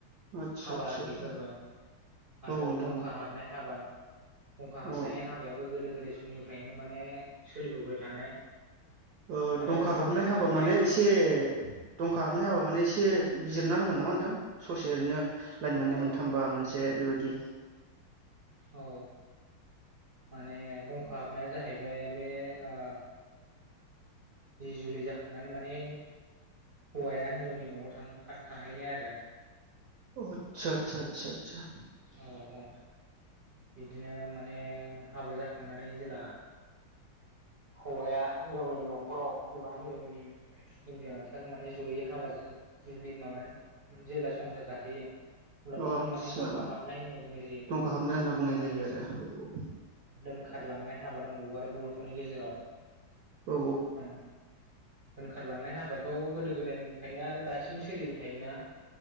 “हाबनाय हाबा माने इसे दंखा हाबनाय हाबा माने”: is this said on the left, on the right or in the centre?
Right